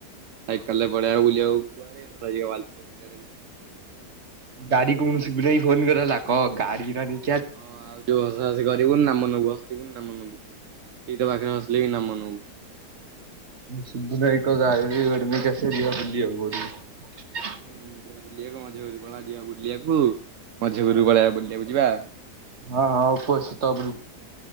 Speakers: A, on the right (about 60°); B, on the right (about 40°).
A: ଭାଇ କହିଲା <unintelligible> ବୁଲିଆକୁ।
B: ଗାଡି କୌଣସି ମୁଳୁନାହିଁ ଫୋନ କର ହେଲା କହ ଗାଡି ନାହିଁ।
A: ହଁ ଆଉ ଯୋଉ ହସ ହସି କରିବୁନି ନା ମନବୁ ହସିବୁନ ନା ମନବୁ ଏଇ ତ ପାଖରେ ହସିଲେ ବି ନା ମନେ ହବୁ।
B: ଶିବୁନୁ ଭାଇକି କହ ଗାଡି ଗୋଟେ ନେଇକି ଆସିବ ଯିବା ବୁଲିବାକୁ କୋଉଠିକି।
A: ହୁଁ ବୁଲିବାକୁ ମଝି ଘୁରକୁ ଯିବା ବୁଲିବାକୁ ମଝି ଘରକୁ ପଳେଇବାକୁ ବୁଲିବାକୁ ଯିବା।
B: ହଁ ହଁ ଉପୁସ୍ଥିତ ରୁ